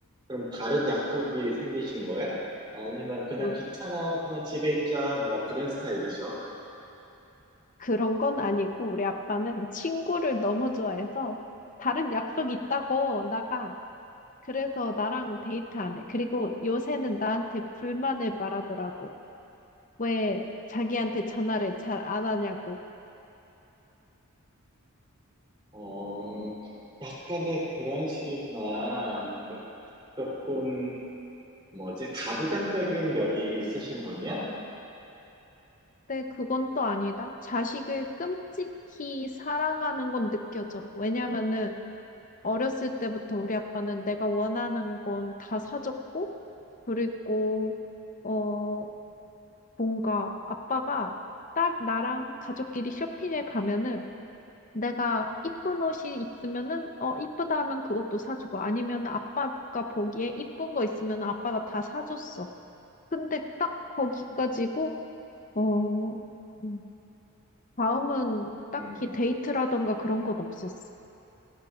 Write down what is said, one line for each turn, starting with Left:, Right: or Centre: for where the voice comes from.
Right: 그럼 다른 약속이 생기신 거야? 아니면 그냥
Left: 뭐,
Right: 귀찮아, 그냥 집에 있자, 뭐 그런 스타일이죠.
Left: 그런 건 아니고 우리 아빠는 친구를 너무 좋아해서 다른 약속 있다고 나가. 그래서 나랑 데이트 안 해. 그리고 요새는 나한테 불만을 말하더라고. 왜 자기한테 전화를 잘 안 하냐고.
Right: 어, 약간의 그런 식이구나. 조금 뭐지 가부장적인 면이 있으신 분이야?
Left: 근데 그건 또 아니다. 자식을 끔찍히 사랑하는 건 느껴져. 왜냐면은 어렸을 때부터 우리 아빠는 내가 원하는 건 다 사줬고, 그리고 어 뭔가 아빠가 딸 나랑 가족끼리 쇼핑에 가면은 내가 이쁜 옷이 있으면은 어 이쁘다 하면 그것도 사주고 아니면 아빠가 보기에 이쁜 거 있으면 아빠가 다 사줬어. 근데 딱 거기까지고
Right: 음.
Left: 어. 음. 다음은 딱히
Right: 음,
Left: 데이트라던가 그런 건 없었어.